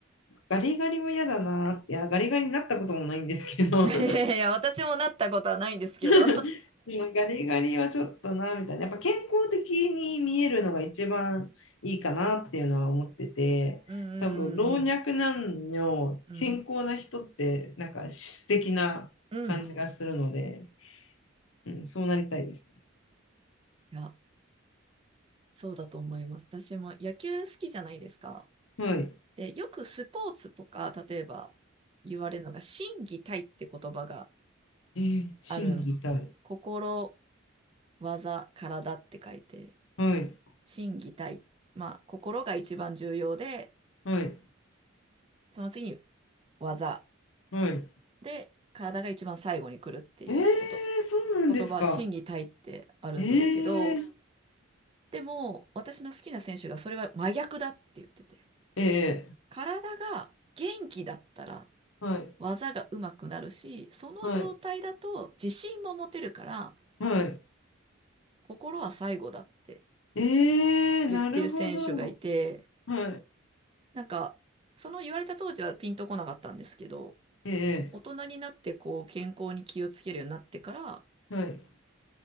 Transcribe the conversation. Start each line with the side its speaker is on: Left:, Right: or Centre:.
Left: ガリガリは嫌だなーって、いや、ガリガリになったこともないんですけど、
Right: <laughs> いやいやいや、
Left: <laughs>
Right: 私もなったことはないんですけど
Left: <laughs> うんガリガリはちょっとな、みたいな。やっぱ健康的に見えるのが一番いいかなっていうのは思ってて、
Right: <laughs> うん
Left: 多分老若男女、
Right: うんうんうん。
Left: 健康な人って、なんか素敵な感じがするので、
Right: うん。うん。
Left: うん、そうなりたいです
Right: いや、そうだと思います。私も野球好きじゃないですか。
Left: ね。はい。
Right: で、よくスポーツとか、例えば言われるのが、心技体って言葉が
Left: えー、心たい
Right: あるん。心技、体って書いて、
Left: はい。
Right: 心技体。まあ、心が一番重要で、
Left: はい。
Right: その次に技。
Left: はい。
Right: で、体が一番最後に来るっていうこと。
Left: えー、そうなんですか。
Right: 言葉、心技体ってあるんですけど、
Left: えー、
Right: でも、私の好きな選手がそれは真逆だって言ってて。
Left: え
Right: 体が元気だったら、
Left: ー、はい。
Right: 技が上手くなるし、その状態だと自信も持てるから、
Left: はい。はい。
Right: 心は最後だって
Left: えー、
Right: 言ってる選手がいて、
Left: なるほど。はい。
Right: なんか、その言われた当時はピンとこなかったんですけど、
Left: え
Right: 大人になってこう健康に気をつけるようになってから、
Left: はい。